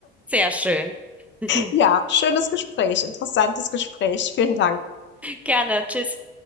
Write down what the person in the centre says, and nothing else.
Sehr schön. <laughs>
Gerne, tschüss.